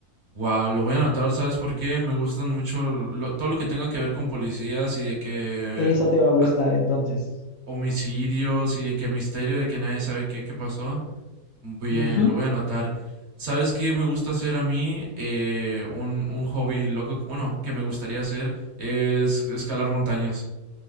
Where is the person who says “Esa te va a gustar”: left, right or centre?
Left